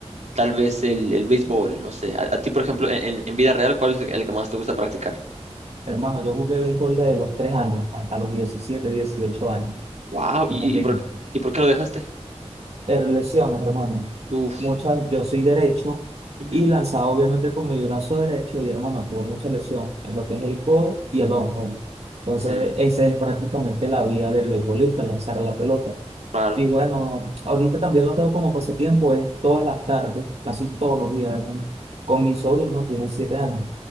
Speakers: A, on the right; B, on the right.
A: tal vez el, el béisbol, no sé. A, a ti, por ejemplo, en, en en vida real, ¿cuál es el, el que más te gusta practicar?
B: Hermano, yo jugué béisbol desde los tres años hasta los 17, 18 años.
A: Wow, ¿y,
B: Imagínate.
A: y por, y por qué lo dejaste?
B: eh, lesiones, hermano.
A: Uf,
B: Muchas, yo soy derecho
A: ujú,
B: y lanzado obviamente con mi brazo derecho y hermano, tuve mucha lesión en lo que es el codo y el hombro. Entonces,
A: mm,
B: esa es prácticamente la vida del beisbolista, lanzar la pelota.
A: claro.
B: Y bueno, ahorita también lo tengo como pasatiempo, es todas las tardes, casi todos los días, hermano, con mi sobrino, tiene siete años.